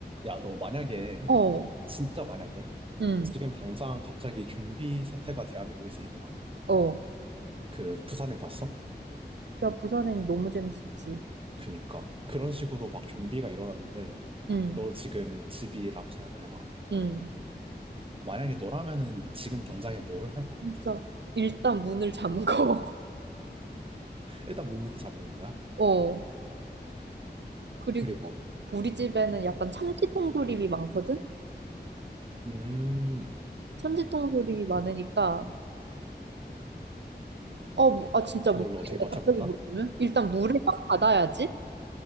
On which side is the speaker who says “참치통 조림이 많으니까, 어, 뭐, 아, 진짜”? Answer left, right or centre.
Right